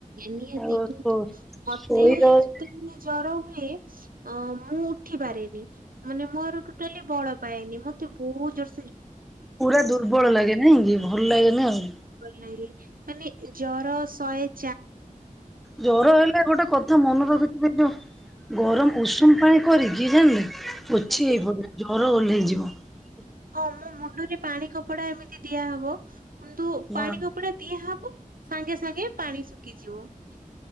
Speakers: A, on the right; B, in the centre.
A: ନିହାତି,
B: ଆଉ
A: କିନ୍ତୁ ମତେ
B: ଶୋଇ ରହି
A: ତେ ଜର ମୁଁ ଉଠି ପାରେନି, ମାନେ ମୋର ଟୋଟାଲି ବଳ ପାଏନି, ମତେ ବହୁତ ଜୋ
B: ପୁରା ଦୁର୍ବଳ ଲାଗେ ନାଇଁ କି? ଭଲ ଲାଗେନି ଆଉ
A: ଭଲ ଲାଗେ ମାନେ ଜର ସହେତ
B: ଜର ହେଲେ ଗୋଟେ କଥା ମନେ ରଖ <unintelligible> ଗରମ ଉଷୁମ ପାଣି କରିକି ଜାଣିଲେ, ପୋଛି
A: ଆଜ୍ଞା
B: ହେଇ ପଡିବ, ଜର ଓହ୍ଲେଇଯିବ ।
A: ହଁ ମୋ ମୁଣ୍ଡରେ ପାଣି କପଡା ଏମିତି ଦିଆହବ । କିନ୍ତୁ
B: ନା
A: ପାଣି କପଡା ତିଆ ହବ, ସାଙ୍ଗେ ସାଙ୍ଗେ ପାଣି ଶୁଖିଯିବ ।